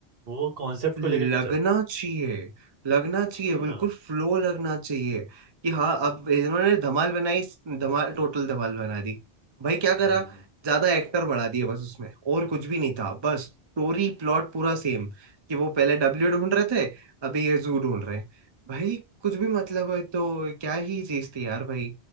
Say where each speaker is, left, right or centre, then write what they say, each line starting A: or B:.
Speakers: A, on the right (about 60°); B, on the right (about 35°).
A: वो कॉन्सेप्ट
B: लगना
A: को लेकर के चल रहे
B: चाहिए लगना चाहिए
A: है
B: बिल्कुल
A: ना
B: फ्लो लगना चाहिए कि हाँ अब इन्होंने धमाल बनाई धमाल टोटल धमाल बना दी भाई क्या करा
A: हम्म हम्म, हम्म।
B: ज्यादा एक्टर बढ़ा दिए बस उसमें और कुछ भी नहीं था बस स्टोरी प्लॉट पूरा सेम कि वो पहले डब्ल्यू ढूंढ रहे थे अभी ये जू ढूंढ रहे हैं भाई कुछ भी मतलब है तो क्या ही चीज थी यार भाई